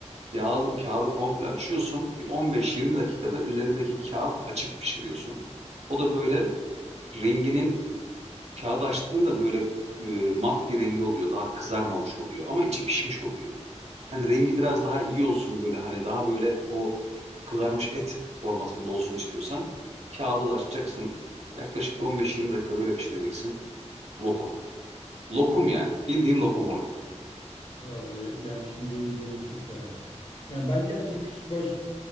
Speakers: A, on the right; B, on the left.
A: Yağ, kağıdı komple açıyorsun. Bir on beş yirmi dakikada üzerindeki kağıt açık pişiriyorsun. O da böyle renginin kağıdı açtığında böyle e, mat bir rengi oluyor. Daha kızarmamış oluyor ama içi pişmiş oluyor. Hani rengi biraz daha iyi olsun böyle hani daha böyle o kızarmış et formasında olsun istiyorsan kağıdı da açacaksın. Yaklaşık bir on beş yirmi dakikada öyle pişireceksin. Lokum. Lokum yani. Bildiğin lokum oluyor.
B: Vallahi yani şimdi benim de canım çekti ha. Yani ben gerçi küçükbaş